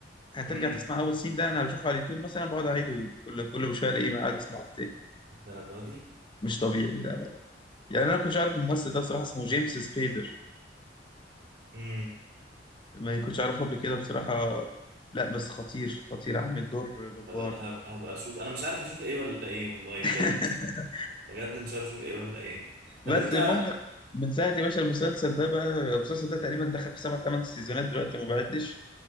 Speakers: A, on the left; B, on the right.
A: هترجع
B: امم
A: تسمع اول سين ده انا بشوفه على اليوتيوب مثلا بقعد اعيده كل كل شويه الاقيه قاعد اسمعه تاني
B: الدرجة دي
A: مش طبيعي يعني انا كنتش عارف الممثل ده بصراحه اسمه جيمس سبيدر
B: إمم.
A: ما كنتش عارفه قبل كده بصراحه لا بس خطير خطير عامل دور جبار
B: لا، هب- هبقى اشوف انا مش عارف اشوف ايه ولا ايه والله بجد
A: <laughs>
B: بجد مش عارف اشوف ايه ولا ايه طب
A: بس
B: انت
A: المهم من ساعه يا باشا المسلسل ده بقى المسلسل ده تقريبا دخل في سبع ثمان سيزونات دلوقتي ما بعدش